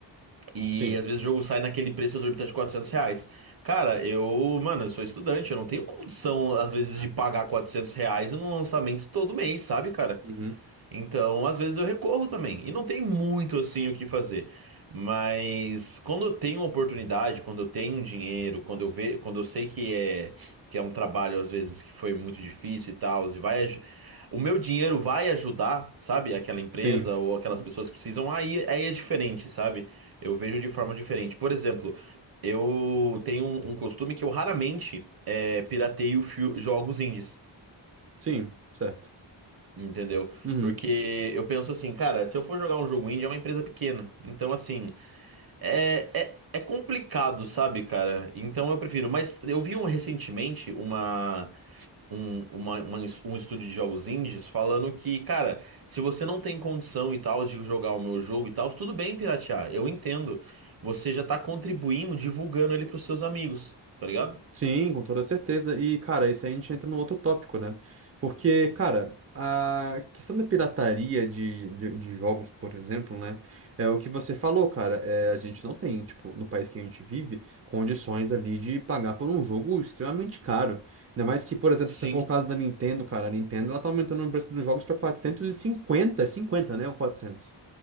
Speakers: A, on the right; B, on the right.
A: E
B: Sim.
A: às vezes o jogo sai naquele preço exorbitante de 400 reais. Cara, eu, mano, eu sou estudante, eu não tenho condição, às vezes, de pagar 400 reais num lançamento todo mês, sabe, cara?
B: Uhum.
A: Então, às vezes eu recorro também. E não tem muito assim o que fazer. Mas quando eu tenho oportunidade, quando eu tenho dinheiro, quando eu ve, quando eu sei que é que é um trabalho às vezes que foi muito difícil e tal, e vai aj- o meu dinheiro vai ajudar, sabe? Aquela empresa
B: Sim.
A: ou aquelas
B: Uhum.
A: pessoas que precisam, aí, aí é diferente, sabe? Eu vejo de forma diferente. Por exemplo, eu tenho um, um costume que eu raramente é, pirateio fi- jogos indies.
B: Sim, certo.
A: Entendeu?
B: Uhum.
A: Porque eu penso assim, cara, se eu for jogar um jogo indie, é uma empresa pequena. Então, assim, é, é, é complicado, sabe, cara? Então eu prefiro. Mas eu vi um recentemente uma, um, uma, uma- um estúdio de jogos indies falando que, cara, se você não tem condição e tal de jogar o meu jogo e tal, tudo bem piratear, eu entendo. Você já tá contribuindo, divulgando ele pros seus amigos, tá ligado?
B: Sim, com toda certeza. E, cara, isso aí a gente entra num outro tópico, né? Porque, cara, a questão da pirataria de, de, de jogos, por exemplo, né? É o que você falou, cara. É, a gente não tem, tipo, no país que a gente vive, condições ali de pagar por um jogo extremamente caro. Ainda mais que, por exemplo,
A: Sim,
B: se for o caso da Nintendo, cara, a Nintendo ela tá aumentando o preço dos jogos pra 450, é 50 né? Ou quatrocentos